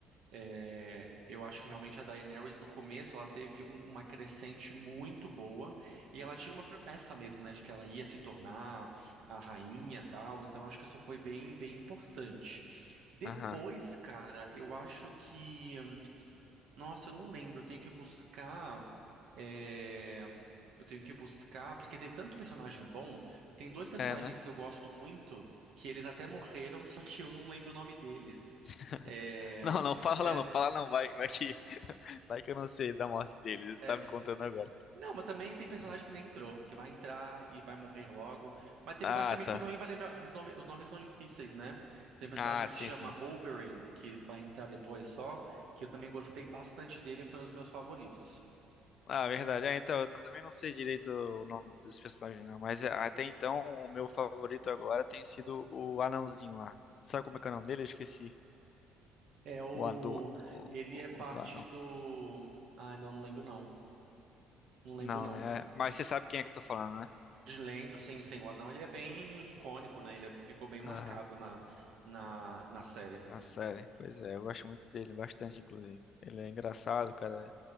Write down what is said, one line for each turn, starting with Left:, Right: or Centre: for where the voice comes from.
Right: É, eu acho que realmente a Daenerys, no começo, ela teve um- uma crescente muito boa e ela tinha uma promessa mesmo, né, de que ela ia se tornar a rainha e tal. Então, acho que isso foi bem, bem importante. Depois,
Left: Aham.
Right: cara, eu acho que. Nossa, eu não lembro. Eu tenho que buscar. é, Eu tenho que buscar. Porque teve tanto personagem bom. Tem dois personagens
Left: É, né?
Right: que eu gosto muito. Que eles até morreram, <laughs> só que eu não lembro o nome deles.
Left: <laughs>
Right: É,
Left: Não, não, fala
Right: é,
Left: não, fala não, vai, vai que, vai que eu não sei da morte dele, você
Right: é.
Left: tá me contando agora.
Right: Não, mas também tem personagem que nem entrou, que vai entrar e vai morrer logo. Mas tem
Left: Ah,
Right: personagem também
Left: tá.
Right: que tu não vai lembrar, que os nome- os nomes são difíceis, né? Tem um personagem
Left: Ah,
Right: que
Left: sim,
Right: se chama
Left: sim.
Right: Oberyn, que vai entrar depois só, que eu também gostei bastante dele, foi um dos meus favoritos.
Left: Ah, verdade. Ah, então, eu também não sei direito o nome dos personagens, não, mas é, até então o meu favorito agora tem sido o anãozinho lá. Sabe como é que é o nome dele? Eu esqueci.
Right: É o.
Left: O, an- do, o,
Right: Ele é parte
Left: o do anão.
Right: do. ah não, não lembro não. Não lembro
Left: Não,
Right: não.
Left: né? Mas você sabe quem é que eu tô falando, né?
Right: De Lembro, sim, sim. O anão ele é bem icônico, né? Ele é- ficou bem marcado
Left: Aham.
Right: na, na, na série.
Left: Na série. Pois é, eu gosto muito dele, bastante, inclusive. Ele é engraçado, o cara